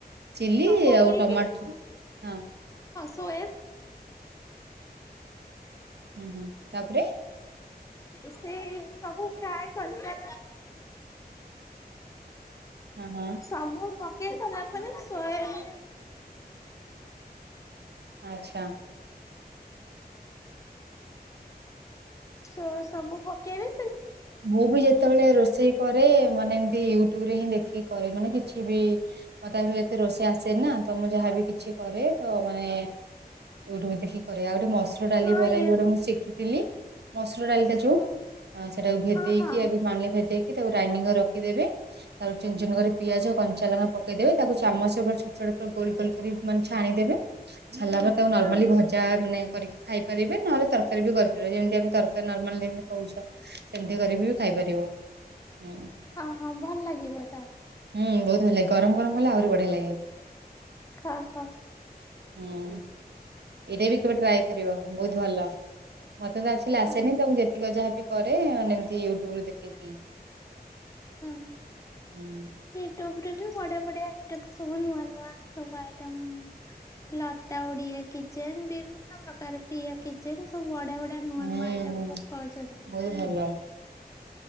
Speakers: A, on the right; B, on the left.
A: ଚିଲି
B: ପକେଇକି
A: ଆଉ ଟମାଟର ହଁ।
B: ସୋ ଏ
A: ହୁଁ ହୁଁ ତାପରେ
B: ସେ ସବୁ ଫ୍ରଏ କରିସ
A: ହଁ ହଁ
B: ସବୁ ପକେଇ ନା ଶହ
A: ଆଚ୍ଛା।
B: ହୁଁ ସବୁ ପକେଇବି।
A: ମୁଁ ବି ଯେତେବେଳେ ରୋଷେଇ କରେ ମାନେ ଏମିତିୟ ରେ ହିଁ ଦେଖିକି କରେ ମାନେ କିଛି ବି ମତେ ଯେତେ ରୋଷେଇ ଆସେ ନା ତ ମୁଁ ଯାହାବି କିଛି କରେ ତ ମାନେ ଟବ ଦେଖି ଆଉ ଗୋଟେ ମସୁର ଡାଲି
B: ହଁ
A: ବରାଇ ଗୋଟେ ମୁଁ ଶିଖିଥିଲି ମସ ମସୁର ଡାଲିଟା ଯୋଉ
B: ହଁ
A: ସେଟାକୁ ଭେଦେଇକି
B: ହଁ ହଁ
A: ଆଗେ ପାଣିରେ ଭେଦେଇକି ତାକୁ ଗ୍ରାଇଡିଙ୍ଗକରି ରଖିଦେବେ ତାକୁ ଚୁନ ଚୂନ କରି ପିଆଜ କଞ୍ଚା ଲଙ୍କା ପକେଇଦବେ ତାକୁ ଚାମଚ ଛୋଟ ଛୋଟ ଗୋଲ ଗୋଲ କରି ମାନେ ଛାଣିଦେବେ ଛାଣିଦେଲା ପରେ ତାକୁ ନର୍ମାଲି
B: ହଁ
A: ଭଜା ମାନେ କରିକି ଖାଇପାରିବେ ନହେଲେ ତରକାରୀ ବି କରିପାରିବେ ଯେମିତି ଆମେ ତରକାରୀ ନର୍ମାଲ ଯେମିତି କହୁଛ। ସେମିତି କରିବି ବି ଖାଇପାରିବ ହୁଁ,
B: ହଁ ହଁ ଭଲ ଲାଗିବ ତାହେଲେ।
A: ହୁଁ ବହୁତ ଭଲ ଲାଗେ ଗରମ ଗରମ କଲେ ଆହୁରି ବଢିଆ ଲାଗେ।
B: ହଁ ହଁ,
A: ହୁଁ ଏଇଟା ବି କେବେ ଟ୍ରାଏ କର ବହୁତ ଭଲ। ମତେ ତ ଆକ୍ଚୁଆଲି ଆସେନି
B: ହଁ
A: ତ ମୁଁ ଯେତିକି ଯାହାବି କରେେ ଏମିତି ୟୁଟ୍ୟୁବୁ ଦେଖିକି।
B: ହଁ
A: ହୁଁ
B: ୟୁଟୁବ, ବଢ଼ିଆ ବଢ଼ିଆ ଆଇଟମ୍ ସବୁ ନୂଆ ନୂଆ ସବୁ ଆଇଟମ୍, ଲତା ଓଡିଆ କିଚେନ ବିଭିନ୍ନ ପ୍ରକାର ପ୍ରିଆ କିଚେନ ସବୁ ବଢ଼ିଆ ବଢିଆ ନୂଆ
A: ହୁଁ
B: ନୂଆ ଆଇଟମ୍ ସବୁ କରୁଛନ୍ତି।
A: ବହୁତ ଭଲ